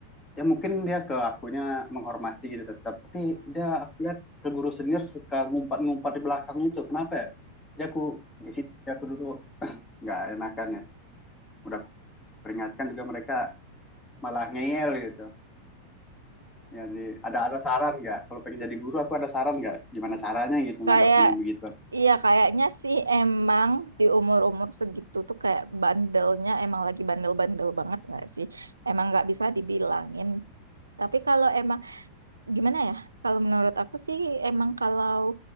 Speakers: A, on the left; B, on the right.
A: ya mungkin dia ke akunya menghormati gitu tetap tapi dia aku lihat ke guru senior suka ngumpat-ngumpat di belakang itu kenapa ya dia aku di situ dia aku dulu nggak enakan ya udah aku peringatkan juga mereka malah ngeyel gitu Ya, di- ada ada saran nggak? Kalau pengen jadi guru, aku ada saran nggak? Gimana caranya gitu
B: Kayak,
A: ngadepin yang begitu?
B: iya kayaknya sih emang di umur-umur segitu tuh kayak bandelnya emang lagi bandel-bandel banget nggak sih? Emang nggak bisa dibilangin. Tapi kalau emang gimana ya? Kalau menurut aku sih emang kalau